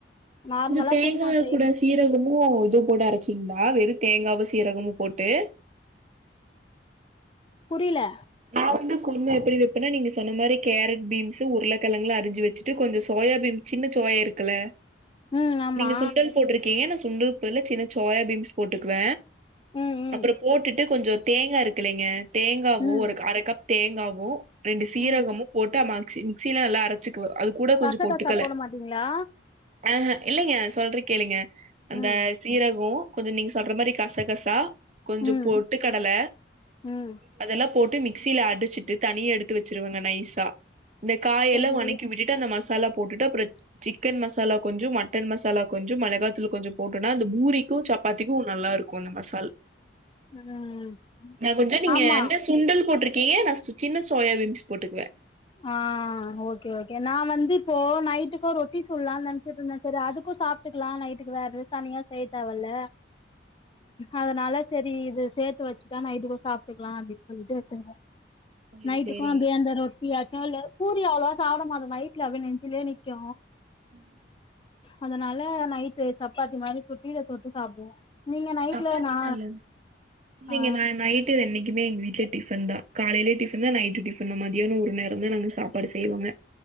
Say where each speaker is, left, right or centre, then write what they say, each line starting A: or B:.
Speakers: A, on the left (about 25°); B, on the right (about 40°).
A: நார்மலா
B: கொஞ்சோ தேங்கா
A: குருமா செய்வோ
B: கூட சீரகமு இதுவு போட்டு அரைச்சிங்களா வெறு தேங்காவு சீரகமு போட்டு
A: புரில
B: நா வந்து குருமா எப்டி வெப்பனா நீங்க சொன்ன மாரி கேரட் பீன்ஸ்சு உருளக்கெழங்ல அரிஞ்சு வெச்சிட்டு கொஞ்சோ சோயா பீன் சின்ன சோயா இருக்குல
A: ம் ஆமா
B: நீங்க சுண்டல் போட்ருக்கீங்க நா சுண்டல்கு பதுலா சின்ன சோயா பீன்ஸ் போட்டுக்குவ
A: ம் ம்
B: அப்புற போட்டுட்டு கொஞ்சோ தேங்கா இருக்குலைங்க தேங்காவு
A: ம்
B: ஒரு அர கப் தேங்காவு ரெண்டு சீரகமு
A: ம்
B: போட்டு அ மக்ஸ் மிக்சில நல்லா அரைச்சு கு அது கூட கொஞ்சோ
A: கசகசா
B: பொட்டுக்கல
A: போட மாட்டீங்களா
B: அஹ இல்லைங்க சொல்ற கேளுங்க அந்த
A: ம்
B: சீரகோ கொஞ்சோ நீங்க சொல்ற மாரி கச கசா கொஞ்சோ
A: ம்
B: பொட்டு கடல
A: ம்
B: அதெல்லா போட்டு மிக்ஸ்சில அடிச்சிட்டு தனியா எடுத்து வெச்சிருவங்க நைசா இந்த காய்
A: சரி
B: எல்லா வணக்கி விட்டுட் டு அந்த மசாலா போட்டுட்டு அப்றோ சிக்கன் மசாலா கொஞ்சோ மட்டன் மசாலா கொஞ்சோ மெளகாத்தூள் கொஞ்சோ போட்டோனா அந்த பூரிக்கு சப்பாத்திக்கு நல்லாருக் கோனு மசால்
A: ம்
B: நா கொஞ்சோ நீங்க
A: ஆமா
B: என்ன சுண்டல் போட்டிருக்கீய நா ச சின்ன சோயா பீன்ஸ் போட்டுக்குவ
A: ஆ ஓகே ஓகே நா வந்து இப்போ நைட்டுக்கு ரொட்டி சுட்லான் நெனைச்சிட் இருந்த செரி அதுக்கு சாப் க்கலா நைட்டுக்கு வேற எது தனியா செய்ய தேவல்ல அதனால செரி இது சேத்து வச்சுட்டா நைட்டுக்கு சாப்ட்டுக்குலா அப்டின் சொல்ட்டு செஞ்ச
B: சேரி
A: நைட்டுக்கு
B: சேரிங்க
A: அதே அந்த ரொட் பூரி ஆச்சு இல்ல பூரி அவ்ளவா சாப்டமட்ட நைட்ல அப்டியே நெஞ்சிலயே நிக்கு
B: ம்
A: அதனால நைட்டு சப்பாத்தி மாரி சுட்டு இத தொட்டு சாப்டுவோ நீங்க நைட்ல
B: சப்பாத்தி
A: நா
B: நல்லது இல்லைங்க
A: ஆ
B: நா நைட்டு என்னைக்குமே எங்க வீட்ல டிஃபன் தா காலைல டிஃபன் தா நைட்டு டிஃபன் தா மதியான ஒரு நேர வந்து நாங்க சாப்பாடு செய்வாங்க